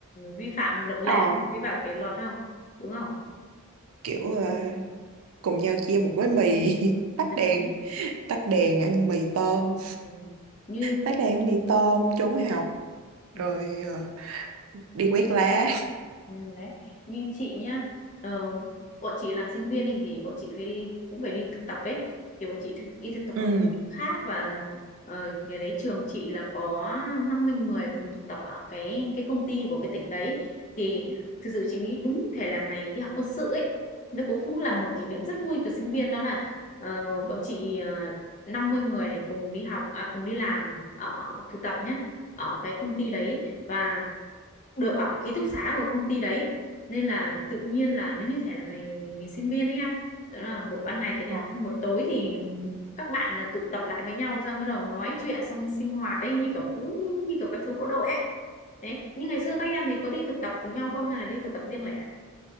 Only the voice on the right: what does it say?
Ờ,
kiểu ờ, cùng nhau chia một gói mì <laughs>
tắt đèn
tắt đèn ăn mì tôm
tắt đèn ăn mì tôm trốn học
rồi ờ, đi quét lá
ừ
Ờ,